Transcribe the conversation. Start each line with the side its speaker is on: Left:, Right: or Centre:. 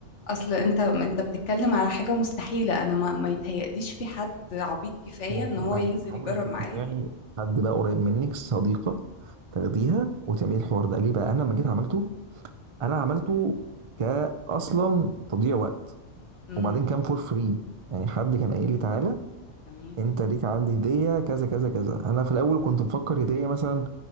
Left: اصل انت انت بتتكلم على حاجة مستحيلة انا ما, ما يتهيأليش في حد عبيط كفاية
Right: ما هو
Left: ان هو
Right: ما
Left: ينزل
Right: انت تحاولي
Left: يجرب
Right: تقنعي
Left: معايا
Right: حد بقى قريب منك صديقه تاخديها وتعملي الحوار ده ليه بقى انا لما جيت عملته انا عملته كاصلا تضييع وقت
Left: امم
Right: وبعدين كان فور فري يعني حد كان قايل لي تعالى
Left: تمام
Right: انت ليك عندي هديه كذا كذا كذا انا في الاول كنت مفكر هديه مثلا